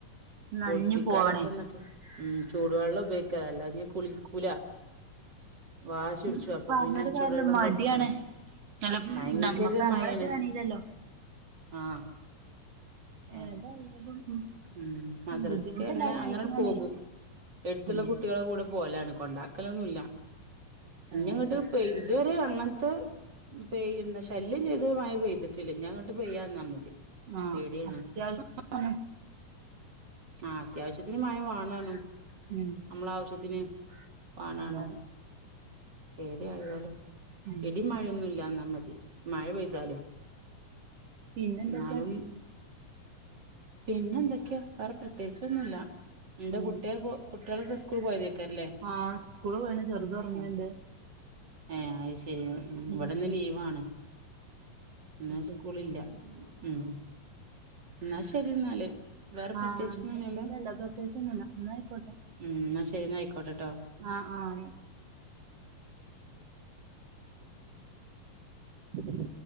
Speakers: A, on the right; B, on the right.
A: നനഞ്ഞ്
B: കുളിപ്പിക്കാനൊക്കെ
A: പോവണേ
B: എന്നിട്ട് ഉം ചൂടുവെള്ളം ഉപയോഗിക്കല അല്ലാങ്കി കുളിക്കൂല വാശി
A: ഉം
B: പിടിച്ചു അപ്പൊ
A: പറഞ്ഞട്ട്
B: പിന്നെ
A: കാര്യല്ല
B: ചുടുവെള്ളം
A: മടിയാണ്
B: കൊടുക്കല
A: നല്ല
B: ഭയങ്കര
A: നമ്മക്ക് നമ്മളൊക്കെ
B: മഴയാണ്
A: തണീലല്ലോ
B: ആഹ് ഏഹ്
A: ഏതായാലും
B: ഉം മദ്രസക്ക്
A: ബുദ്ധിമുട്ടില്ലാതെ
B: അങ്ങനെ അങ്ങന
A: നിനക്കിങ്ങനെ
B: പോകും എടുത്തുള്ള
A: ഉം
B: കുട്ടികളെ കൂടെ പോലാണ് കൊണ്ടാക്കലൊന്നുല്ല
A: അത്
B: ഇനിങ്ങോട്ട്
A: ശരി
B: പെയ് ഇതേവരെ അങ്ങനത്തെ പെയ്യുന്ന ശല്യം ചെയ്ത് മഴ പെയ്തിട്ടില്ല ഇനി അങ്ങോട്ട് പെയ്യാതിരുന്നാ മതി
A: ആഹ്
B: പേടിയാണ്
A: അത്യാവശ്യം
B: ആഹ് അത്യാവശ്യത്തിന് മയ വാണാണം
A: ഉം
B: നമ്മള ആവശ്യത്തിന് വാണാണോ
A: അതാണ്
B: പേടി ആയാലും
A: ഉം
B: ഇടി മഴയൊന്നും ഇല്ലാന്നാ മതി മഴ പെയ്താലും
A: പിന്നെന്തൊക്കാ
B: എന്നാലും പിന്നെ എന്തൊക്കെയ വേറെ പ്രത്യേകിച്ചൊന്നുല്ല എന്റെ
A: ഉം
B: കുട്ട്യേകൊ കുട്ട്യേളൊക്കെ സ്കൂൾ പോയതേക്കാരൊ ല്ലേ
A: ആ സ്കൂള് പോയിണ് ചെറുത് ഉറങ്ങണ്ട്
B: ഉം ഏഹ് അയ്ശരി ഇവിടെന്ന്
A: ഉം
B: ലീവാണ് പിന്നാ
A: ഏ
B: സ്കൂളില്ല ഉം എന്നാ ശരി എന്നാല് വേറെ
A: ആഹ്
B: പ്രത്യേകിച്ചൊന്നുല്ലല്ലോ
A: ഇല്ലല്ല പ്രത്യേകിച്ചൊന്നുല്ല എന്നായിക്കോട്ടെ
B: ഉം എന്നാ ശരി എന്നാ ആയിക്കോട്ടെട്ടോ
A: ആഹ് ആഹ് ഉം